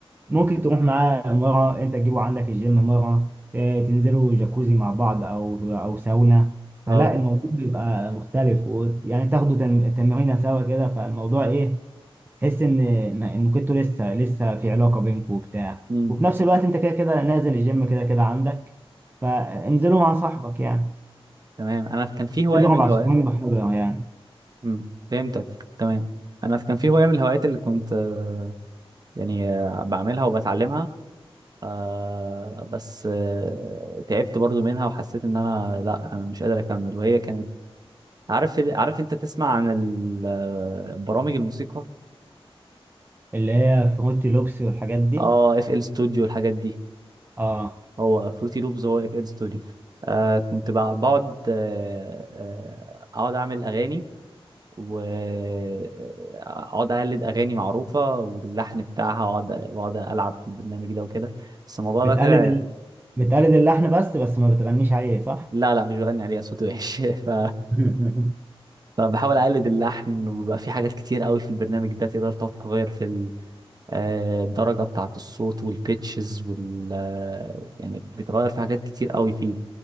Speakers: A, on the right (about 20°); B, on the right (about 40°).
A: ممكن تروح معاه مرة انت تجيبه عندك الجيم مرة اه، تنزلوا جاكوزي مع بعض او او ساونا فلا
B: اه
A: الموضوع بيبقى مختلف ويعني تاخدوا تم- تمرينة سوا كده فالموضوع ايه تحس ان ان إن كنتوا لسه لسه في علاقة بينكم وبتاع
B: امم
A: وفي نفس الوقت انت كده كده نازل الجيم كده كده عندك فانزلوا مع صاحبك يعني
B: تمام انا كان في هواية
A: تضرب
B: من
A: عصفورين
B: الهوايات
A: بحجر يعني
B: امم فهمتك تمام انا كان في هواية من الهوايات اللي كنت آه، يعني آه، بعملها وبتعلمها آه بس آه تعبت برضو منها وحسيت ان انا لا انا مش قادر اكمل وهي كانت عارف عارف انت تسمع عن ال- آه، برامج الموسيقى
A: اللي هي فروتي لوبسي والحاجات دي
B: اه اف ال ستوديو والحاجات دي
A: اه
B: هو فروتي لوبز هو اف ال ستوديو آه كنت بع- بقعد آه، آه، اقعد اعمل اغاني واقعد اقلد اغاني معروفه واللحن بتاعها واقعد واقعد العب في البرنامج ده وكده بس الموضوع
A: بتقلد
B: ده طلع
A: ال... بتقلد اللحن بس بس ما بتغنيش عليه صح؟
B: لا لا مش بغني عليها صوتي وحش <laughs> ف...
A: <laughs>
B: فبحاول اقلد اللحن وبيبقى في حاجات كتير قوي في البرنامج ده تقدر تقعد تغير في آه، الدرجة بتاعة الصوت والبيتشز وال آه، يعني بيتغير في حاجات كتير قوي فيه